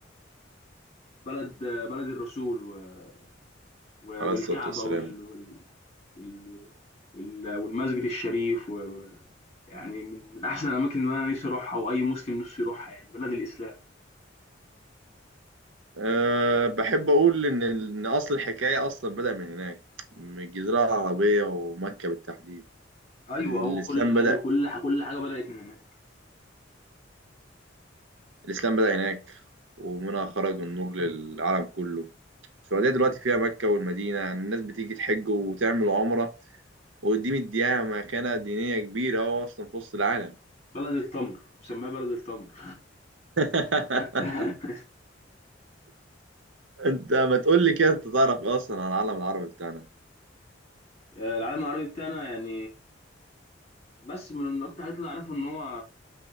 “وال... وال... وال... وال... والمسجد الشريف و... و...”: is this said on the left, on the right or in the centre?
Left